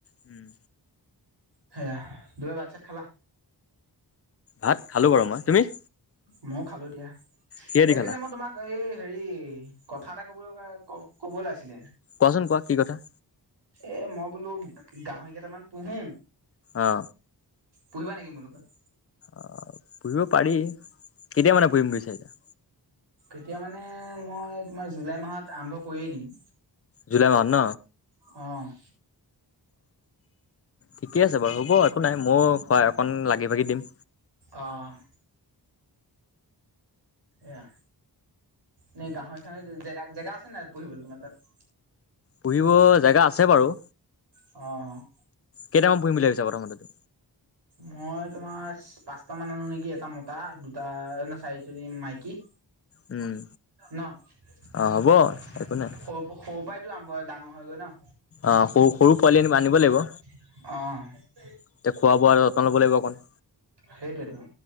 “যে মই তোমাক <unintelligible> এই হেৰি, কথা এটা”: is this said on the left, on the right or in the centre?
Right